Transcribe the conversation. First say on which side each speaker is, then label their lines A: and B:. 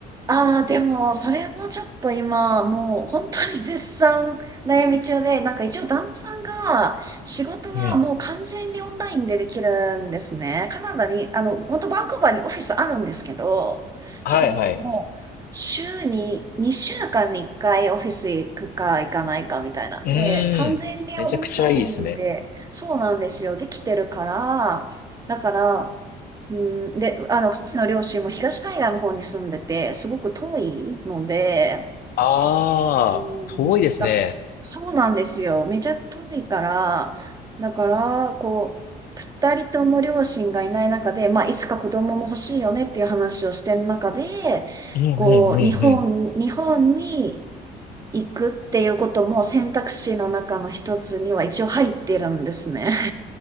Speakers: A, on the right (about 20°); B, on the left (about 60°).
A: ああ、でも、それもちょっと今、もう本当に絶賛悩み中で、なんか一応旦那さんが仕事はもう完全にオンラインでできるんですね。
B: うん。
A: カナダに、あの、本当バンクーバーにオフィスあるんですけど、
B: はいはい。
A: けどもう週に2週間に1回オフィス行くか行かないかみたいな。
B: うーん。
A: で、完全にオンラインで、
B: めちゃくちゃいいですね。
A: そうなんですよ、できてるから、だから、うん、で、あの、彼の両親も東海岸の方に住んでて、すごく遠いので、
B: ああ、
A: うん、
B: 遠いですね。
A: だ、そうなんですよ。めちゃ遠いから、だから、こう、二人とも両親がいない中で、まあ、いつか子供も欲しいよねっていう話をしてる中で、
B: うんうんうんうん。
A: こう、日本、日本に行くっていうことも選択肢の中の一つには一応入ってるんですね。